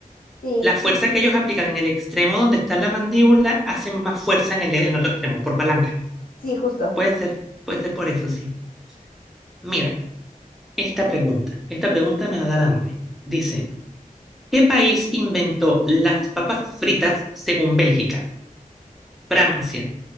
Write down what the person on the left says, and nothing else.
Sí,
sí, justo.